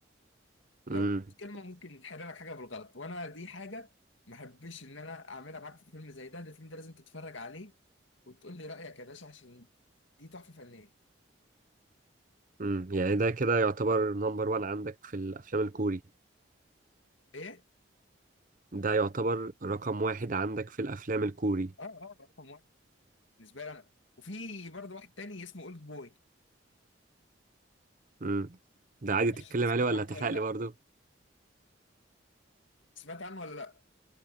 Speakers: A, on the right; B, on the left.
A: مم.
B: لو كلمه ممكن يتحرق لك حاجه بالغلط وانا دي حاجه ما احبش ان انا اعملها معاك في فيلم زي ده ده الفيلم ده لازم تتفرج عليه وتقول لي رايك يا باشا عشان دي تحفه فنيه
A: امم يعني ده كده يعتبر
B: <laughs>
A: نمبر وان عندك في الافلام الكوري
B: ايه
A: ده يعتبر رقم واحد عندك في الافلام الكوري
B: اه اه رقم واحد بالنسبه لي انا وفي برضه واحد تاني اسمه اولد بوي
A: امم ده عادي
B: ما اعرفش
A: تتكلم
B: انت سمعت
A: عليه ولا
B: عنه
A: هتحرق
B: ولا لا
A: لي برضه
B: سمعت عنه ولا لا